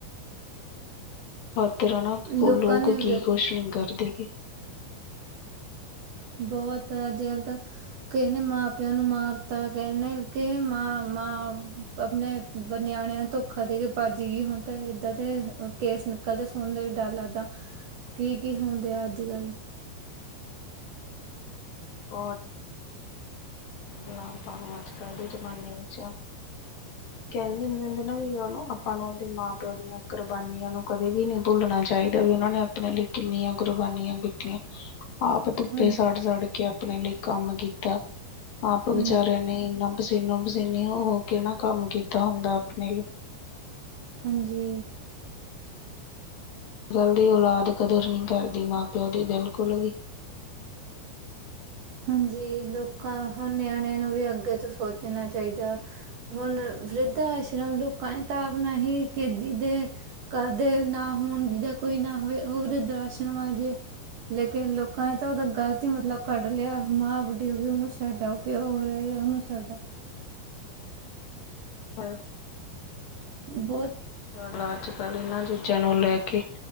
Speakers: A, on the left (about 55°); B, on the right (about 60°).
A: ਪਰਤ ਜਾਣਾ ਹੋਰ
B: ਲੋਕਾਂ
A: ਲੋਕ
B: ਨੇ
A: ਕੀ
B: ਵਿਰ
A: ਕੋਸ਼ ਨਹੀਂ ਕਰਦੇ ਗੇ।
B: ਬਹੁਤ ਜਲਦ ਕਿਸੇ ਨੇ ਮਾਂ ਪਿਓ ਨੂੰ ਮਾਰਤਾ ਕਿਹੇ ਨੇ ਕਿਹੇ ਮਾਂ, ਮਾਂ ਆਪਣੇ ਬ ਨਿਆਣਿਆਂ ਨੂੰ ਧੋਖਾ ਦੇ ਕੇ ਭੱਜ ਗਈ। ਹੋਣ ਤਾਂ ਇੱਦਾਂ ਦੇ ਕੇਸ ਨੇ ਕਦੇ ਸੁਣਦੇ ਵੀ ਡਰ ਲੱਗਦਾ। ਕੀ ਕੀ ਹੁੰਦੇ ਆ ਅੱਜ ਕੱਲ।
A: ਔਰ। ਦੁਲਾਮਪਾਂ ਨੂੰ ਅੱਜ ਕੱਲ੍ਹ ਦੇ ਜ਼ਮਾਨੇ ਵਿੱਚ ਆ। ਕਹਿੰਦੇ ਹੁਨੇ ਨਾ ਵੀ ਉਹਨੂੰ ਆਪਾਂ ਨੂੰ ਉਹਦੇ ਮਾਂ- ਪਿਓ ਦੀਆਂ ਕੁਰਬਾਨੀਆਂ ਨੂੰ ਕਦੇ ਵੀ ਨਹੀਂ ਭੁੱਲਣਾ ਚਾਹੀਦ। ਉਹਨਾਂ ਨੇ ਆਪਣਿਆਂ ਲਈ ਕਿੰਨੀਆਂ ਕੁਰਬਾਨੀਆਂ ਕੀਤੀਆ। ਆਪ ਧੁੱਪੇ
B: ਹਾਂਜੀ
A: ਸਾੜ -ਸੜ ਕੇ ਆਪਣੇ ਲਈ ਕੰਮ ਕੀਤਾ। ਆਪ
B: ਹਾਂਜੀ
A: ਵਿਚਾਰਿਆਂ ਨੇ ਇੰਨਾ ਪਸੀਨੋ- ਪਸੀਨੀ ਹੋ -ਹੋ ਕੇ ਨਾ ਕੰਮ ਕੀਤਾ ਹੁੰਦਾ ਆਪਣੇ ਲਈ।
B: ਹਾਂਜੀ।
A: ਜਲਦੀ ਔਲਾਦ ਕਦਰ ਨੀ ਕਰਦੀ ਮਾਂ- ਪਿਓ ਦੀ ਬਿਲਕੁਲ ਵੀ।
B: ਹਾਂਜੀ ਲੋਕਾਂ ਹੁਣ ਨਿਆਣਿਆਂ ਨੂੰ ਵੀ ਅੱਗੇ ਤੋਂ ਸੋਚਣਾ ਚਾਹੀਦਾ। ਹੁਣ ਵਰਿਧ ਆਸ਼ਰਮ ਲੋਕਾਂ ਨੇ ਤਾਂ ਆਪ ਬਣਾ ਹੀ ਕੇ ਜੀ ਦੇ ਕਰਦੇ ਨਾ ਹੁਣ ਜਿਹਦਾ ਕੋਈ ਨਾ ਹੋਵੇ। ਉਹ ਵਰਿਧ ਆਸ਼ਰਮ ਆ ਜੀਏ। ਲੇਕਿਨ ਲੋਕਾਂ ਨੇ ਤਾਂ ਉਹਦਾ ਗਲਤ ਹੀ ਮਤਲਬ ਕਢ ਲਿਆ ਮਾਂ ਬੁੱਢੀ ਹੋ ਗਈ ਉਹਨੂੰ ਛੱਡ ਆਉ ਪਿਓ ਰਹਿ ਗਿਆ ਉਹਨੂੰ ਛੱਡ ਆੳ। ਹ <inaudible>
A: ਹਾਂ
B: ਬਹੁਤ
A: ਚ ਅੱਜ ਕੱਲ੍ਹ ਇਹਨਾਂ ਚੀਜ਼ਾਂ ਨੂੰ ਲੈ ਕੇ